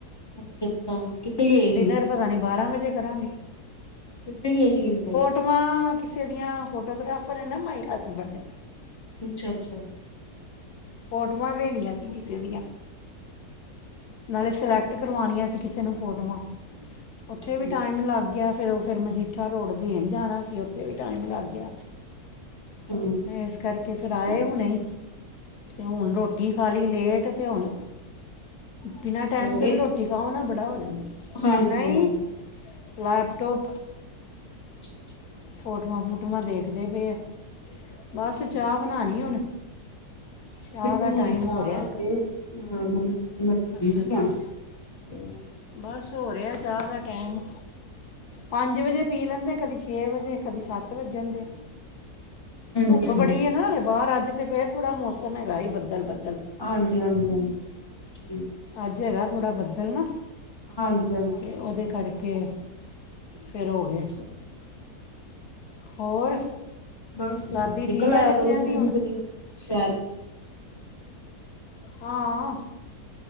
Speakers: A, on the left; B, on the left.
A: ਅੱਛਾ-ਅੱਛਾ, ਕਿੱਥੇ ਗਏ ਸੀ?
B: ਡਿਨਰ ਪਤਾ ਨੀ ਬਾਰਾਂ ਵਜੇ ਕਰਾਂਗੇ।
A: ਕਿੱਥੇ ਗਏ ਸੀ ਅੰਕਲ?
B: ਫੋਟੋਆਂ ਕਿਸੇ ਦੀਆਂ ਫੋਟੋਗ੍ਰਾਫਰ ਹੈ! ਨਾ ਮਾਈ ਹਸਬੈਂਡ
A: ਅੱਛਾ-ਅੱਛਾ।
B: ਫੋਟੋਆਂ ਦੇਣੀਆਂ ਸੀਂ। ਕਿਸੇ ਦੀਆਂ
A: ਠੀਕ ਹੈ।
B: ਨਾਲੇ ਸਿਲੈਕਟ ਕਰਵਾਉਣੀਆਂ ਸੀ! ਕਿਸੇ ਨੂੰ ਫੋਟੋਆਂ ਉੱਥੇ
A: ਠੀਕ
B: ਵੀ ਟਾਈਮ ਲੱਗ ਗਿਆ। ਫਿਰ ਉਹ ਫਿਰ ਮਜੀਠਾ ਰੋਡ ਦੇਣ ਜਾਣਾ ਸੀ। ਉੱਥੇ ਵੀ ਟਾਈਮ ਲੱਗ ਗਿਆ।
A: ਹੂੰ
B: ਇਸ ਕਰਕੇ ਫੇਰ ਆਏ,
A: ਠੀਕ
B: ਹੁਣੇ ਹੁਣ ਰੋਟੀ ਖਾਲੀ ਲੇਟ ਤੇ ਹੁਣ ਬਿਨਾਂ
A: ਸੋ
B: ਟਾਈਮ ਤੋਂ,
A: ਗਏ
B: ਵੀ ਰੋਟੀ ਖਾਓ ਨਾ ਬੜਾ ਹੋ ਜਾਂਦਾ।
A: ਹਾਂਜੀ-ਹਾਂਜੀ
B: ਨਹੀਂ ਲੈਪਟੋਪ
A: ਅੱਛਾ-ਅੱਛਾ।
B: ਫੋਟੂਆਂ ਫੂਟੂਆਂ ਦੇਖਦੇ ਪਏ ਆ।
A: ਅੱਛਾ-ਅੱਛਾ
B: ਬਸ ਚਾਹ ਬਣਾਉਣੀ ਹੁਣ। ਚਾਹ
A: ਨਹੀਂ ਬੁਣਾਉਣੀ
B: ਦਾ ਟਾਈਮ
A: ਚਾਹ
B: ਹੋ ਰਿਹਾ
A: ਹਜੇ <unintelligible>
B: ਅੱਛਾ ਅੱਛਾ ਬਸ ਹੋ ਰਿਹਾ, ਚਾਹ ਦਾ ਟਾਈਮ ਪੰਜ ਵਜੇ ਪੀ, ਲੈਂਦੇ ਕਦੀ ਛੇ, ਵਜੇ ਕਦੀ ਸੱਤ ਵੱਜ ਜਾਂਦੇ।
A: ਹਾਂਜੀ
B: ਧੁੱਪ
A: ਹਾਂਜੀ
B: ਬੜੀ ਹੈ, ਨਾ ਬਾਹਰ ਅੱਜ ਤੇ, ਫਿਰ ਥੋੜ੍ਹਾ ਮੌਸਮ ਹੈਗਾ ਜੀ, ਬੱਦਲ -ਬੱਦਲ
A: ਹਾਂਜੀ-ਹਾਂਜੀ, ਹਾਂਜੀ, ਠੀਕ।
B: ਅੱਜ ਹੈਗਾ, ਥੋੜ੍ਹਾ ਬੱਦਲ ਨਾ।
A: ਹਾਂਜੀ-ਹਾਂਜੀ।
B: ਅਤੇ ਉਹਦੇ ਕਰਕੇ ਫਿਰ ਹੋ ਗਏ,
A: ਚਲੋ
B: ਹੋਰ
A: ਬਸ,
B: ਦਾਦੀ ਠੀਕ
A: ਨਿਕਲ ਆਇਆ
B: ਹੈ ਬੱਚਿਆਂ
A: ਕਰੋ। ਤੁਸੀਂ
B: ਦੀ ਹੁਣ
A: ਵੀ ਕਦੀ ਸੈਰ ਚ
B: ਹਾਂ।